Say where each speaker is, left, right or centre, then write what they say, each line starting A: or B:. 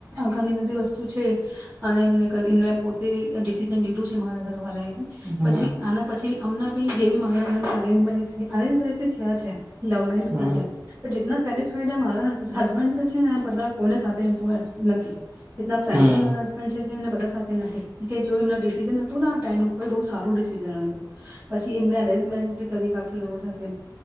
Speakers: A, on the right (about 35°); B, on the right (about 15°).
A: ઘણી બધી વસ્તુ છે અને એમને પોતે ડિસિજન લીધું છે મારા ઘરવાળા એ
B: હમ
A: પછી આના પછી. અમં બી જેી મારા ઘરના અરેન્જ મેરીજ અરેન્જ મેરેજ બી થયા છે. લવ મે ખ
B: હમ
A: તો જ સેટિસ્ફાઈડ હ. હસબન્ડ છે ને બધા કોઈને સાથે નથી. એના ફ્રન્કલી
B: હમ
A: મારા હસબન્ડ છે. એ બધા સાથે નથી કે જો એમના ડિસિઝન હતું આ ટાઈમ ઉપર બહ સારું ડિસિઝન હતું પછી એમને અરેન્જ મેજી કરી કાફલી લોકો સાથે